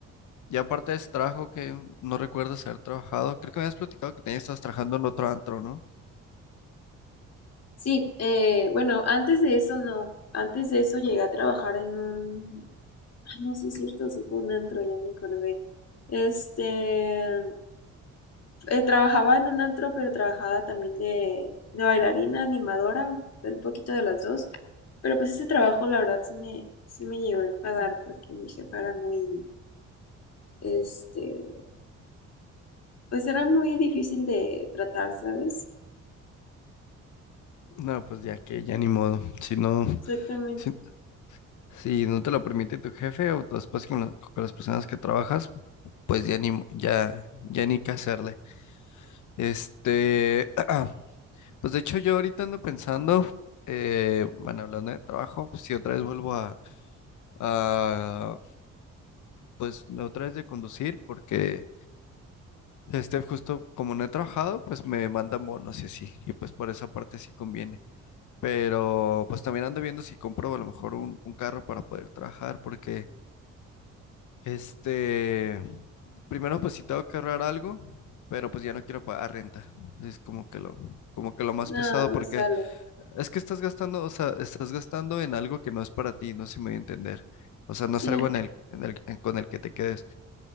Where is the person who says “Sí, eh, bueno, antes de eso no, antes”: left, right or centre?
Left